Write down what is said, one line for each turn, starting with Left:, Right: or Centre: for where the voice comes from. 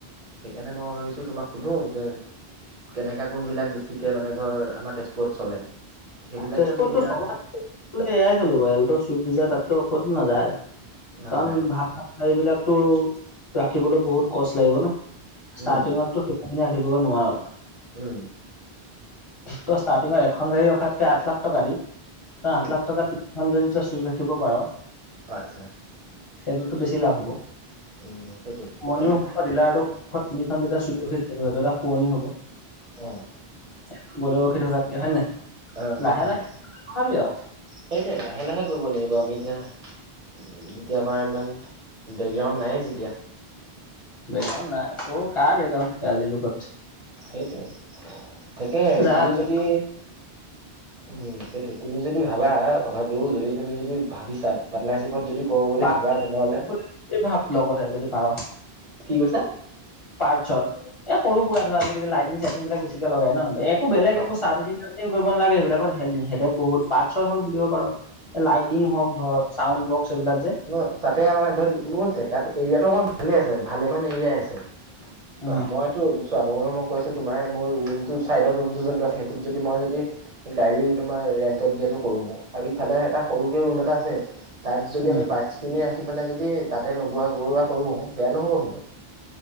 Right: সেইকাৰণে মই ভাবছো তোমাক সুধো যে কেনেকে কোনবিলাক বে বেছিকে মানে ধৰ আমাৰ তেজপুৰত চলে। সেইবিলাকে
Left: তেজপুৰতটো
Right: আমি ডিলাৰ
Left: চলাত
Right: তাত
Left: এয়াই চলিব এলটো, চুইফ্ট ডিজাৰ তাতকে ওপৰতটো নাযায়।
Right: নাযায়
Left: কাৰণ ভাল ভাল গাড়ীবিলাকটো ৰাখিবলৈ বহুত কষ্ট লাগিব ন।
Right: উম
Left: ষ্টাৰ্টিঙতটো সেইখিনি ৰাখিবগে নোৱাৰ।
Right: উম।
Left: তই ষ্টাৰ্টিঙত এখন গাড়ী ৰখাতকে আঠ লাখ টকা দি তই
Right: উম
Left: আঠ লাখ টকাত এখন যদি তই চুইপ ৰাখিব পাৰ।
Right: আচ্ছা।
Left: সেইটোতটো বেছি লাভ হ'ব
Right: উম সেইটো
Left: মনিও
Right: কাৰণে
Left: দিলা আৰু দুখন, তিনিখন যেতিয়া চুত ৰখি থাকিব সেইটো এটা শুৱনি হ'ব
Right: অ।
Left: <unintelligible> বলে ৰখি থকাতকে হয় নে?
Right: অ
Left: লাহে
Right: হয় হয়
Left: লাহে তথাপি আৰু
Right: সেইটোয়ে লাহে লাহে কৰিব লাগিব আমি এতিয়া। এতিয়া আমাৰ ইমান বেকগ্ৰাউণ্ড নাইয়ে যেতিয়া
Left: বেকগ্ৰাউণ্ড নাই ক'ৰ কাৰ বেকগ্ৰাউণ্ড আজিৰ যুগত?
Right: সেইটোৱে তাকে
Left: যাৰ
Right: তুমি
Left: আছে
Right: যদি উম সেইটোৱে তুমি যদি ভাবা কথাটো যদি তুমি যদি ভাবিছা পাৰ্টনাৰশ্বিপত যদি কৰো বুলি
Left: পাৰ
Right: ভাবা তেনেহ'লে
Left: যদি ভাব লগতে যদি পাৰ
Right: কি কৈছা?
Left: পাৰ্টছৰ এই সৰু সুৰা ধৰ আজিকালি লাইটিং চাইটিং বিলাক বেছিকে লগাই ন একো বেলেগ
Right: অ
Left: একো ছাৰ্ভিচিং কৰিব নালাগে সেইবিলাকত হেদেক বহুত পাৰ্টছৰ এখন খুলিব পাৰ এই লাইটিং হওঁক ধৰ চাউণ্ড বক্স এইবিলাক যে
Right: অ তাতে আমাৰ ধৰ মোৰ জেগাটো এৰিয়াটো অকণ ভালেই আছে ভালেমান এৰিয়াই আছে।
Left: উম
Right: চোৱা মই চোৱা মইয়ো মই কৈছো তোমাৰ মোৰ ৰুমটোৰ চাইডত ৰুমটো যোনটো আছে সেইটোত যদি মই যদি গাড়ী তোমাৰ ৰেন্টত দিয়াটো কৰো আৰু ইফালে এটা সৰুকে ৰুম এটা আছে তাত যদি
Left: উম
Right: আমি পাৰ্টচ খিনি ৰাখি পেলাই যদি তাতে লগোৱা কৰোৱা কৰো বেয়া নহ'ব কিন্তু।